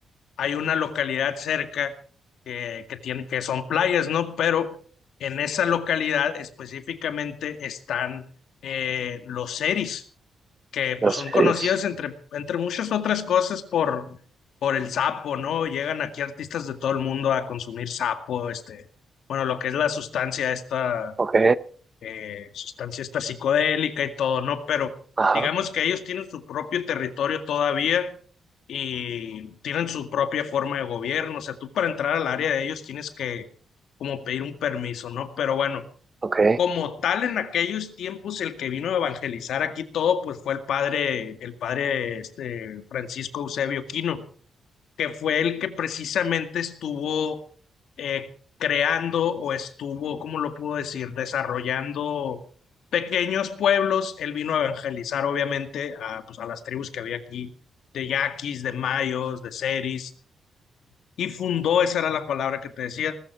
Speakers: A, on the left; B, on the right.
A: hay una localidad cerca que, que tiene, que son playas, ¿no? Pero en esa localidad específicamente están eh, los seris que pues
B: Los
A: son conocidos
B: seres.
A: entre, entre muchas otras cosas por, por el sapo, ¿no? Llegan aquí artistas de todo el mundo a consumir sapo, este, bueno, lo que es la sustancia esta,
B: Ok.
A: eh, sustancia esta psicodélica y todo, ¿no? Pero
B: Ajá.
A: digamos que ellos tienen su propio territorio todavía y tienen su propia forma de gobierno, o sea, tú para entrar al área de ellos tienes que como pedir un permiso, ¿no? Pero bueno,
B: Ok.
A: como tal, en aquellos tiempos, el que vino a evangelizar aquí todo, pues fue el padre, el padre este, Francisco Eusebio Quino, que fue el que precisamente estuvo eh, creando o estuvo, ¿cómo lo puedo decir?, desarrollando pequeños pueblos. Él vino a evangelizar, obviamente, a, pues, a las tribus que había aquí, de yaquis, de mayos, de seris y fundó, esa era la palabra que te decía,